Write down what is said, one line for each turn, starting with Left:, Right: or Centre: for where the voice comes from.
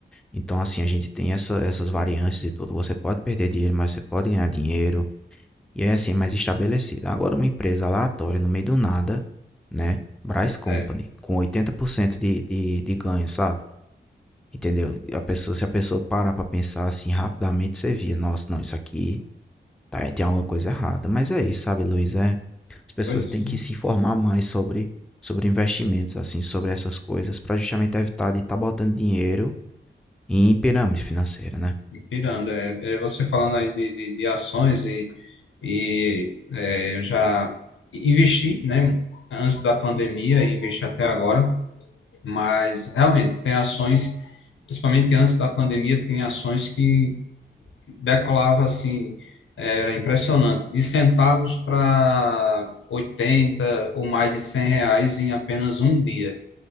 Centre: Então, assim, a gente tem essa, essas variâncias e tudo. Você pode perder dinheiro, mas você pode ganhar dinheiro. E é assim, mais estabelecida. Agora, uma empresa aleatória, no meio do nada, né? Brás Company,
Left: É,
Centre: com 80% de, de, de ganho, sabe? Entendeu? E A pessoa, se a pessoa parar pra pensar assim rapidamente, você via, nossa, não, isso aqui tá, tem alguma coisa errada. Mas é isso, sabe, Luiz? É, as pessoas
Left: pois,
Centre: têm que se informar mais sobre, sobre investimentos, assim, sobre essas coisas, pra justamente evitar de estar botando dinheiro em pirâmide financeira, né?
Left: pirando, é, é você falando aí de, de, de ações e, e é, eu já investi, né, antes da pandemia, e investi até agora, mas realmente tem ações principalmente antes da pandemia, tem ações que decolava assim, era impressionante, de centavos para 80 ou mais de 100 reais em apenas um dia.